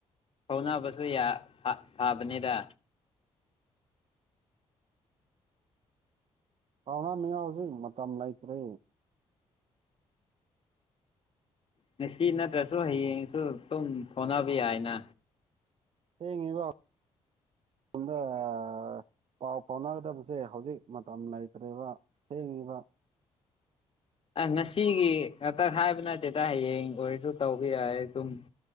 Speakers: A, on the left; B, on the right.
A: ꯐꯥꯎꯅꯕꯁꯨ ꯌꯥ ꯑꯥ ꯐꯥ ꯐꯥꯕꯅꯤꯗ
B: ꯄꯥꯎꯅꯅꯤꯉꯥꯏ ꯍꯧꯖꯤꯛ ꯃꯇꯝ ꯂꯩꯇ꯭ꯔꯦ
A: ꯉꯁꯤ ꯅꯠꯇ꯭ꯔꯁꯨ ꯍꯌꯦꯡꯁꯨ ꯇꯨꯝ ꯐꯥꯎꯅꯕ ꯌꯥꯏꯅ
B: ꯊꯦꯡꯉꯦꯕꯧ ꯇꯝꯗꯥ ꯑꯥ ꯄꯥꯎ ꯐꯥꯎꯅꯒꯗꯕꯁꯦ ꯍꯧꯖꯤꯛ ꯃꯇꯝ ꯂꯩꯇ꯭ꯔꯦꯕ ꯊꯦꯡꯉꯦꯕ
A: ꯑꯥ ꯉꯁꯤꯒꯤ ꯉꯥꯛꯇꯡ ꯍꯥꯏꯕ ꯅꯠꯇꯦꯗ ꯍꯌꯦꯡ ꯑꯣꯏꯔꯁꯨ ꯇꯧꯕꯌꯥꯌꯦ ꯑꯗꯨꯝ